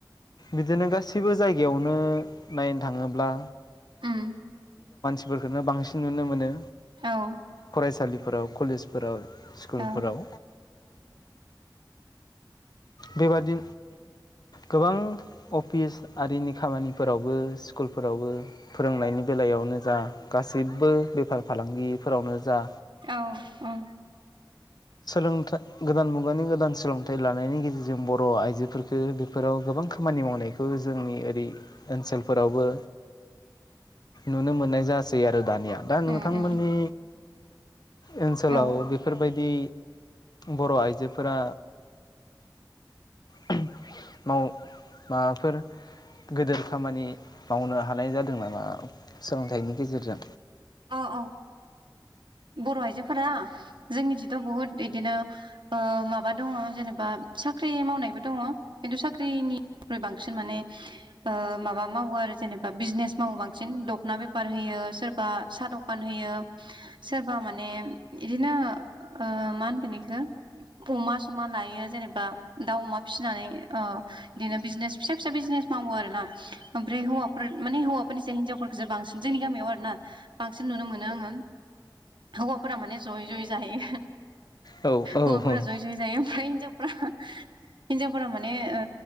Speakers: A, on the left; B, on the right.
A: बिदिनो गासैबो जायगायावनो। नायनो थाङोब्ला।
B: उम।
A: फोरखोनो बांसिन नुनो मोनो।
B: औ।
A: फरायसालिफोराव कलेजफोराव। स्कुलफोराव
B: औ।
A: बेबादि गोबां अफिस आरिनि खामानिफोरावबो स्कुलफोरावबो फोरोंनायनि बेलायावनो जा गासैबो बेफार फालांगिफोरावनो जा।
B: औ औ।
A: सोलोंथा गोदान मुगानि गोदान सोलोंथाइ लानायनि गेजेरजों बर' आइजोरखौ बेफोराव गोबां खामानि मावनायखौ जोंनि ओरै ओनसोलफोरावबो नुनो मोननाय जासै आ दानिया दा नोंथांमोननि।
B: उम उम
A: ओनसोलाव
B: औ
A: बेफोरबाय दि। बर' आइजोफोरा <unintelligible> माव माबाफोर गोदोर खामानि मावनो हानाय जादों नामा सोलोंथाइनि गेजेरजों।
B: अ अ। बर' आइजोफोरा‌। जोंनि थिथ बुहुत इदिनो ओ माबा दङ जेबा साख्रि मावनायबो दङ खिन्थु साख्रिनिख्रुइ बांसिन माने ओ माबा मावो आरो जेनेबा बिजनेस मावो बांसिन दखना बेफार होयो सोर बा सा दखान होयो। माने इदिनो ओ मा होनगोन इखो अमा समा लायो जेनेबा बा दाउ अमा फिनानै ओ बिदिनो बिजनेस फिसा फिसा बिजनेस मावो आरोना ओमफ्राय हौवाफोर माने हौवाफोरनिसाय हिनजावफोर जो बांसिन जोंनि गामियाव आरोना। बांसिन नुनो मोनो आङो। हौवाफोरा माने जयै जयै जाहोयो।
A: मोनो आङो औ गायनाय जायो
B: हौवाफोरा
A: ओमफ्राय
B: जयै जयै जायो ओमफ्राय हिनजावफ्रा हिन्जावफोरा माने ओ